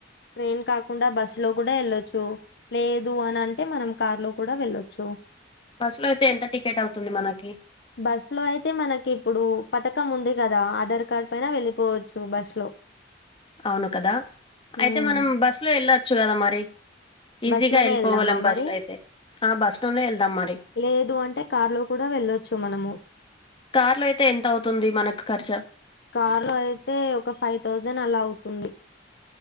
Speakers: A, on the left (about 60°); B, on the left (about 25°).
A: ట్రైన్ కాకుండా బస్సు లో కూడా ఎళ్ళొచ్చు లేదు అని అంటే మనం కార్ లో కూడా వెళ్ళొచ్చు
B: బస్సు లో అయితే ఎంత టికెట్ అవుతుంది మనకి
A: బస్ లో అయితే మనకి ఇప్పుడు పతకం ఉంది కదా ఆధార్ కార్డ్ పైన వెళ్ళిపోవచ్చు బస్ లో
B: అవును కదా అయితే
A: ఉమ్
B: మనం బస్ లో ఎళ్ళ చుగద మరి ఈజీగా
A: బస్ లోనే
B: వెళ్ళిపోగలం
A: ఎళ్దామా మరి
B: బస్సులో అయితే ఆ బస్సులోనే వెళ్దాం మరి
A: లేదు అంటే కార్ లో కూడా వెళ్ళొచ్చు మనము
B: కార్లో అయితే ఎంత అవుతుంది మనకు ఖర్చు
A: కారులో అయితే ఒక ఫైవ్ థౌజండ్ అలా అవుతు తుంది